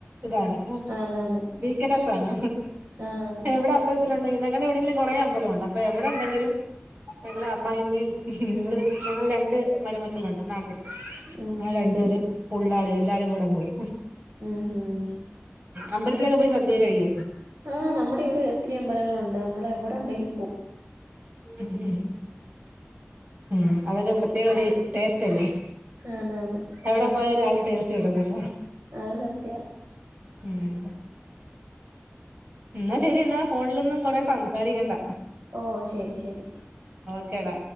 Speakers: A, on the right; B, on the right.
A: ഇതാണ്
B: ആന്നാന്ന്
A: വീക്ക്നസ് ആണ്
B: ആഹ്
A: എവിടെ അമ്പല ഞങ്ങടെവിടെന്കിലും കുറേ അമ്പലമുണ്ട് അപ്പൊ എവിടെ ഉണ്ടെങ്കിലും ഞങ്ങളെ അമ്മായിമ്മയും ഉം ഇവിടെ ഞങ്ങൾ രണ്ട് മരുമക്കളുണ്ട് നാട്ട്
B: ഉം.
A: ഞങ്ങൾ രണ്ട് പേരും പുള്ളാടി എല്ലാരും കൂടെ പോകും
B: ഉം ഉം
A: അമ്പലത്തിലൊക്കെ പോയി സദ്യക്കെ കഴിക്കോ
B: ആഹ് നമ്മുടെ ഇവിടെ എത്തിരി അമ്പലങ്ങളുണ്ട് നമ്മൾ എവിടെണ്ടെങ്കിലും പോ
A: ഉം ഉം അതൊക്കെ ഇവട്ത്തെ ഒർ ടേസ്റ്റ് അല്ലേ
B: പോകും ആന്ന് ആന്ന്
A: എവിടെ പോയ <unintelligible> തഴ്ച്ച് ഇടുന്നില്ല
B: അത് സത്യ
A: ഉം എന്നാ ശരി എന്നാ ഫോണിലൊന്നും കൊറേ സംസാരിക്കണ്ട
B: ഓ ശരി ശരി.
A: ക്കെടാ